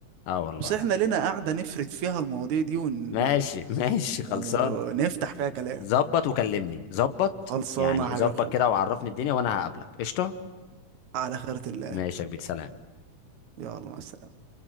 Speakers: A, on the left (about 85°); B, on the right (about 65°).
A: اه والله
B: بس احنا لنا قاعده نفرد فيها المواضيع دي ون...
A: ماشي <laughs> ماشي خلصانة
B: ونفتح فيها كلام
A: ظبط وكلمني ظبط
B: خلصانه
A: يعني
B: يا حبيب
A: ظبط
B: اخوك
A: كده وعرفني الدنيا وانا هقابلك قشطة
B: على خيرة الله
A: ماشي يا كبير سلام
B: يلا مع السلامه